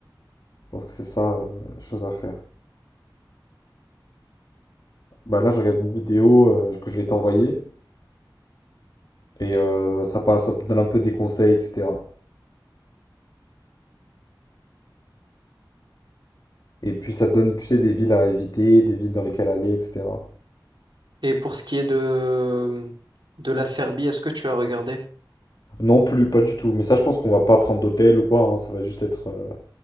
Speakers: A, on the left (about 60°); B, on the right (about 70°).
A: Je pense que c'est ça, euh, la chose à faire. Bah là, je regarde une vidéo euh, que je vais t'envoyer et euh, ça parle, ça te donne un peu des conseils, etc. Et puis ça te donne, tu sais, des villes à éviter, des villes dans lesquelles aller, etc.
B: Et pour ce qui est de, de la Serbie, est-ce que tu as regardé?
A: Non plus, pas du tout. Mais ça, je pense qu'on va pas prendre d'hôtel ou quoi. hein. Ça va juste être, euh,